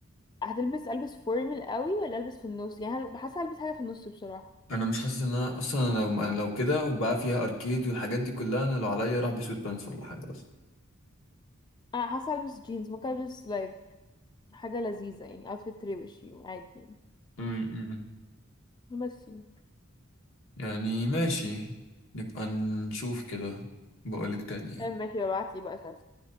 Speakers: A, on the left; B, on the left.
A: هتلبس البس فورمال قوي ولا البس في النص يعني هل- حاسه البس حاجه في النص بصراحه
B: أنا مش حاسس إن أنا أصلا أنا لو أنا لو كده وبقى فيها أركيد والحاجات دي كلها أنا لو عليا أروح بسويت بانس ولا حاجة بس
A: انا حاسه البس جينز ممكن البس like حاجه لذيذه يعني outfit روشي عادي
B: أمم.
A: يعني بس يعني.
B: يعني ماشي نبقى نشوف كده بقولك تاني يعني
A: طيب ماشي ببعتلي بقى صورة